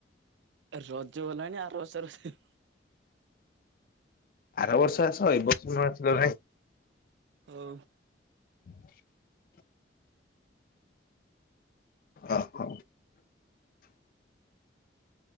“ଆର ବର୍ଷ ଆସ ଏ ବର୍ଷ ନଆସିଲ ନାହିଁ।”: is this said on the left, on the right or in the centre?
Left